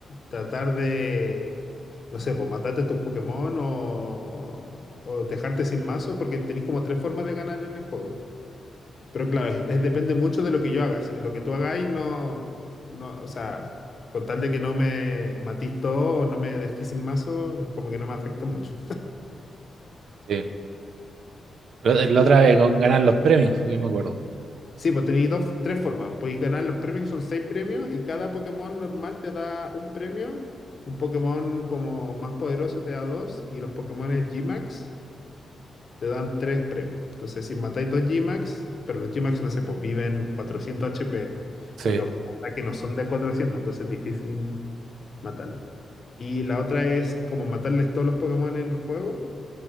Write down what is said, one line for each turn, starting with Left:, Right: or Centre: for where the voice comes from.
Left: tratar de, no sé, pues matarte tus Pokémon o, o dejarte sin mazo, porque tenéis como tres formas de ganar en el juego. Pero claro, es- es- depende mucho de lo que yo haga. Si lo que tú hagáis no, no, o sea, con tal de que no me matís todo o no me dejís sin mazo, como que no me afecta mucho.
Right: Sí. Pero
Left: ¿Cachai?
Right: La otra vez con ganar los premios, yo me acuerdo.
Left: Sí, pues tenéis dos, tres formas. Podéis ganar los premios, que son seis premios, y cada Pokémon normal te da un premio. Un Pokémon como más poderoso te da dos, y los Pokémon G-Max. te dan tres premios. Entonces, si matáis dos G-Max, pero los G-Max, no sé, pues viven 400 HP
Right: Sí,
Left: y los ataques no son de 400, entonces es difícil matarlos. Y la otra es como matarles todos los Pokémon en juego,